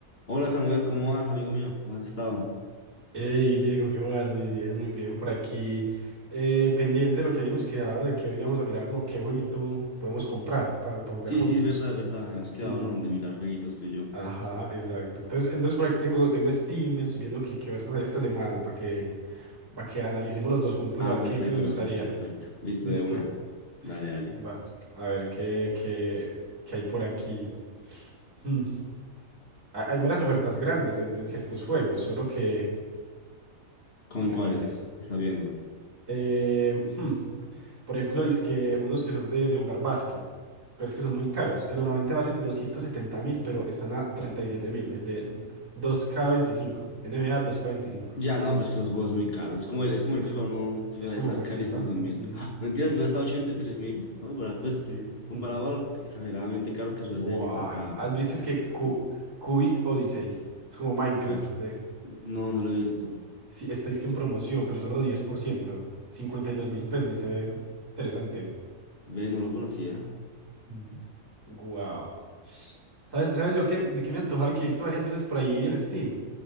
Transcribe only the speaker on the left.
Hola Samuel, ¿cómo vas, amigo mío? ¿Cómo has estado?
Sí,
sí, es verdad, es verdad. Hemos quedado,
¿no? De mirar jueguitos tú y yo.
Ah,
perfecto,
perfecto, perfecto. Listo,
de una. Dale, dale.
¿Con
cuáles?
¿Te ¿Estás viendo?
Ya, no, pues que esos juegos muy caros. Es como el, es como el
FIFA, ¿no? FIFA
debe
estar
carísimo
también.
¡Ah! Mentira, el FIFA está a ochenta y tres mil. No, barato. Pues
comparado
a lo exageradamente caro que suele
ser FIFA, está
no
tan caro.
Uy, cu-
no, no lo he visto.
Ve, no lo conocía.